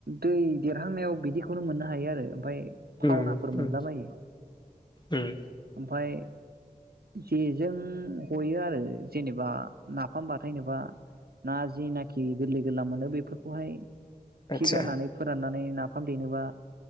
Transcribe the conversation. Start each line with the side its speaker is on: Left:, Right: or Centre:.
Right: दै देरहांनायाव बिदिखौनो मोननो हायो आरो ओमफाय <unintelligible>
Left: उम
Right: नाफोर
Left: उम
Right: मोनलाबायो
Left: उम
Right: ओमफाय जेजों हयो आरो जेनेबा नाफाम बाथायेननोबा ना जिनाखि गोरलै गोरलाम मोनो बेफोरखौहाय
Left: आतसा
Right: खि गारनानै फोरानना नै नाफाम देनोबा